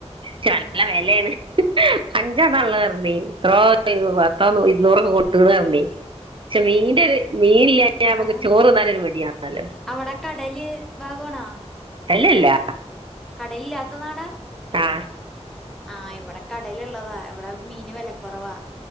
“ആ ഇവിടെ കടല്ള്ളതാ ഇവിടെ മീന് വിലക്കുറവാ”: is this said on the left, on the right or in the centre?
Centre